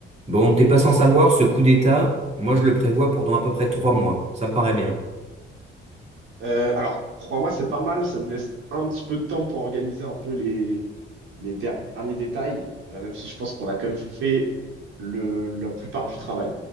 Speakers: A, on the right (about 35°); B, on the right (about 80°).
A: Bon, t'es pas sans savoir, ce coup d'État, moi je le prévois pour dans à peu près trois mois. Ça me paraît bien.
B: Euh, alors, trois mois, c'est pas mal. Ça nous laisse un petit peu de temps pour organiser un peu les, les derniers détails, euh, même si je pense qu'on a quand même fait le, la plupart du travail,